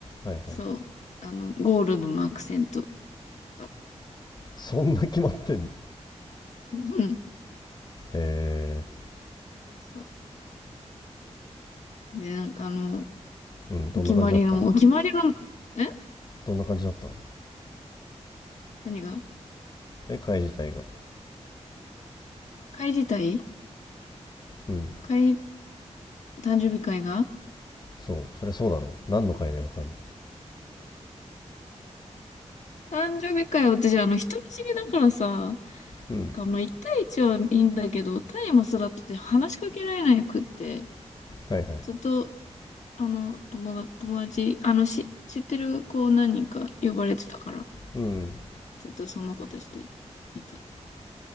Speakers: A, on the left (about 35°); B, on the left (about 75°).
A: いはいはい
B: そう、あの、ゴールドのアクセントだっ
A: そんな決まってんの
B: た。うん。
A: え
B: そう。で、なんかあの、
A: ーうんどんな感じだったの
B: お決まりの、お決まりの、え
A: どんな感じだったの
B: 何が
A: え会自体が
B: 会自体
A: うん
B: 会、誕生日会が
A: そうそりゃそうだろう何の会だよ他に
B: 誕生日会、私、あの、人見知りだからさ、
A: うん
B: あの、1対1はいいんだけど、タイマスだとて話しかけられなくって、
A: はいはい
B: ずっと、あの、友達、友達、あの、し、知ってる子何人か呼ばれてたから、
A: うん
B: ずっとその子たちとい、いた。